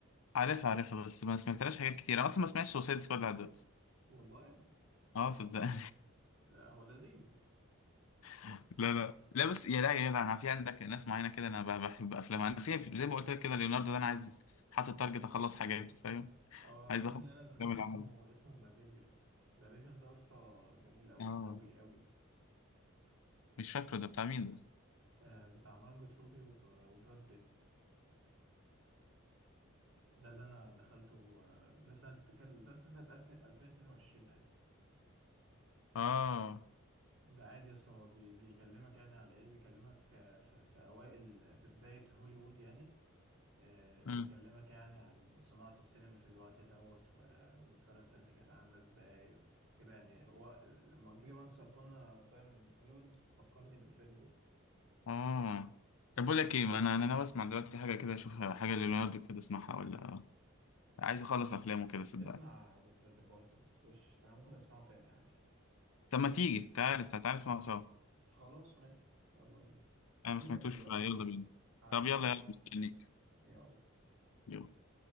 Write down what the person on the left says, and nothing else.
عارفها عارفها بس ما سمعتلاش حاجات كتير أنا أصلا ما سمعتش سوسايد سكواد لحد دلوقتي
اه صدقني
<laughs> لا لا لا بس يا لا يا جدع انا في عندك ناس معينه كده انا بح- بحب افلامها انا في زي ما قلت لك كده ليوناردو ده انا عايز حاطط تارجت اخلص حاجاته فاهم
عايز اخلص
الافلام اللي
عملها
اه
مش فاكره ده بتاع مين ده
اه
مم.
اه طب بقول لك ايه ما انا انا ناوي اسمع دلوقتي حاجه كده اشوف حاجه لليوناردو كده اسمعها ولا عايز اخلص افلامه كده صدقني
طب ما تيجي تعالى تعالى تعالى نسمعه سوا
انا
ما سمعتوش
يلا بينا
طب يلا
يلا مستنيك
يلا